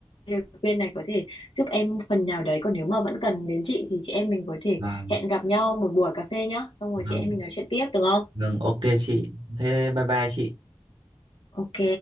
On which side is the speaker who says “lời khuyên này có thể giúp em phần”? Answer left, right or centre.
Left